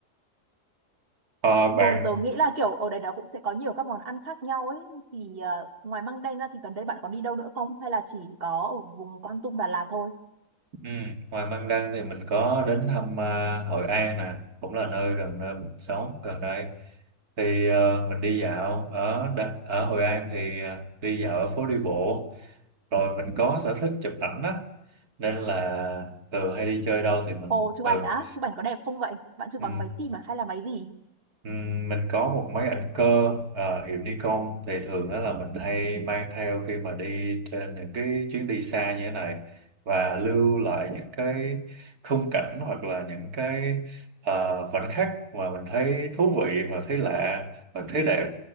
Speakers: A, on the right (about 65°); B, on the right (about 35°).
A: Ờ, bạn
B: Ừ, tớ nghĩ là kiểu ở đây đó cũng sẽ có nhiều các món ăn khác nhau ấy. Thì ờ, ngoài măng đen ra thì gần đây bạn có đi đâu nữa không? Hay là chỉ có ở vùng Kon Tum Đà Lạt thôi?
A: Ừ. Ngoài Măng Đăng thì mình có đến thăm à, Hội An nè, cũng là nơi gần nơi mình sống gần đây. Thì ờ, mình đi dạo ở Đa- ở Hội An thì ờ, đi dạo ở phố đi bộ. Rồi mình có sở thích chụp ảnh á, nên là thường hay đi chơi đâu thì mình
B: Ồ, chụp
A: thường
B: ảnh á? Chụp ảnh có đẹp không vậy? Bạn chụp
A: ừ.
B: bằng máy phim à? Hay là máy gì?
A: Ừm, mình có một máy ảnh cơ à, hiệu Nikon thì thường đó là mình hay mang theo khi mà đi trên những cái chuyến đi xa như thế này và lưu lại những cái khung cảnh hoặc là những cái à, khoảnh khắc mà mình thấy thú vị và thấy lạ và thấy đẹp